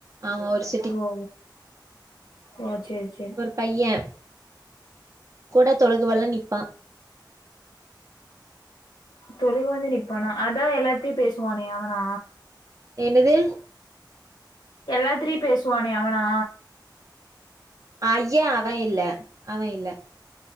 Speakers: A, on the right (about 45°); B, on the left (about 75°).
A: ஆமா ஒரு சே
B: ஓ ஓ செரி செரி
A: பையே கூட தொழுகுவெல நிப்பா
B: தொழுக வந்து நிப்பானா அதா எல்லாத்தையு பேசுவானே அவனா
A: என்னது
B: எல்லாத்திரிட்யு பேசுவானே அவனா
A: ஐயே அவ இல்ல அவ இல்ல